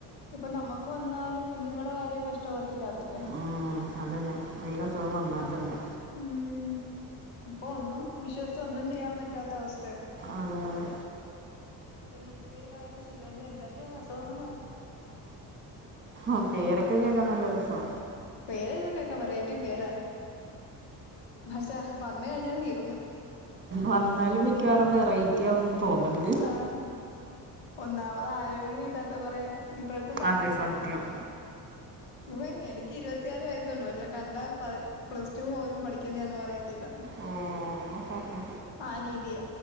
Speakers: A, on the left (about 80°); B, on the right (about 25°).
A: ഇപ്പൊ നമുക്ക് വന്നാലും കുഞ്ഞുങ്ങളുടെ കാര്യം കഷ്ടകത്തില്ലാത്തില്ലേ
B: ഉം അതന്നെ എന്തെങ്കിലും അസുഖം വന്നാൽ തന്നെ.
A: ഉം ഇപ്പൊ ഒന്നും വിശ്വസിച് ഒന്നും ചെയ്യാൻ പറ്റാത്ത അവസ്ഥ.
B: അതെ അതെ
A: പനിപ്പേ ആയലും ശിഖല എന്തകൊ അസുഖങ്ങള.
B: ഉ പേരൊക്കെ കേൾക്കാൻ നല്ല രസവ
A: പേരെതൊ കേക്കാ വെറൈറ്റി പേരാ പക്ഷെ വന്ന കഴിഞ്ഞാ തീർന്ന്.
B: വന്നാലും മിക്ക വേറെ വെറൈറ്റി ആവുന്ന് തോന്ന്ണ്.
A: ആ ഒന്നാമത് ആരോഗ്യമില്ലാത്ത കൊറെ ഇപ്പതെ തല
B: അതെ സത്യം
A: ഇപ്പ എനിക്ക് ഇരുപത്തിയാല് വയസ്സുണ്ട് പക്ഷെ കണ്ടാ പ പ്ലസ് ടു പോലും പഠിക്കുന്നേ എന്ന് പറയത്തില്ല.
B: ഓ ഹ ഹ
A: ആ രീതിയ